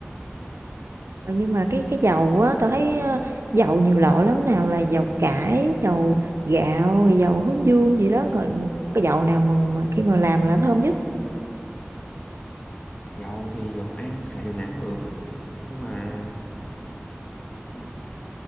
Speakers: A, on the right; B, on the left.
A: rồi nhưng mà cái cái dầu á tao thấy ờ, dầu nhiều loại lắm nào là dầu cải dầu gạo rồi dầu hướng dương gì đó rồi cái dầu nào mà mà khi mà làm là nó thơm nhất
B: Dầu thì dầu ăn thì xài dầu nào cũng được hết. Nhưng mà ừ,